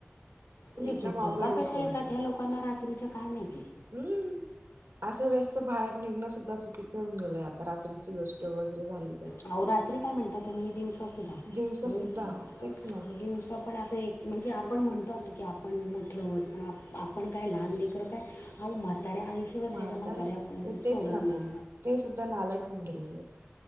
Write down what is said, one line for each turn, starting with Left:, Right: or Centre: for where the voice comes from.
Left: म्हणजे
Right: एकदम
Left: झोपा
Right: अवघड विषय
Left: कशा येतात
Right: आता
Left: ह्या लोकांना रात्रीच्या काय माहीत.
Right: हम्म असं व्यस्त बाहेर निघणं सुद्धा चुकीचं होऊन गेलयं आता. ची गोष्ट वगैरे झाली. तर.
Left: अहो रात्री काय म्हणता तुम्ही दिवसा सुद्धा.
Right: दिवसा
Left: <inaudible>
Right: सुद्धा तेच ना
Left: दिवसा पण असं एक म्हणजे आपण म्हणतो असं की, आपण मोठे आहोत पण आप आपण काय लहान लेकरं. काय अहो म्हाताऱ्या ऐंशी वर्षाच्या
Right: म्हातारे
Left: म्हाताऱ्या अं,
Right: तेच
Left: सोडत
Right: ना
Left: नाहीत
Right: मग ते सुद्धा नालायक होऊन गेले. <inaudible>